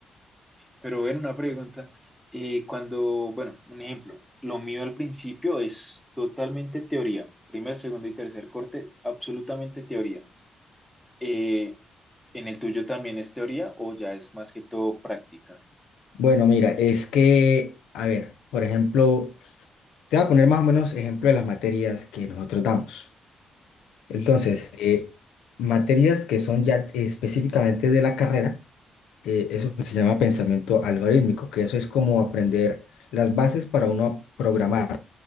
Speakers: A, in the centre; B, on the left.
A: Pero ven una pregunta, eh, cuando, bueno, un ejemplo, lo mío al principio es totalmente teoría, primer, segundo y tercer corte, absolutamente teoría. Eh, ¿en el tuyo también es teoría o ya es más que todo práctica?
B: Bueno, mira, es que, a ver, por ejemplo, te voy a poner más o menos ejemplo de las materias que nosotros damos. Sí, Entonces, eh, materias que son ya específicamente de la carrera eh, eso se llama pensamiento algorítmico, que eso es como aprender las bases para uno programar.